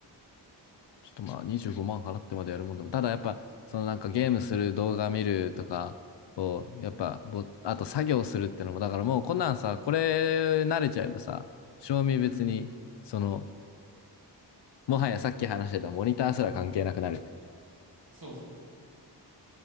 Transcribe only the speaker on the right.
うん。
そうですね。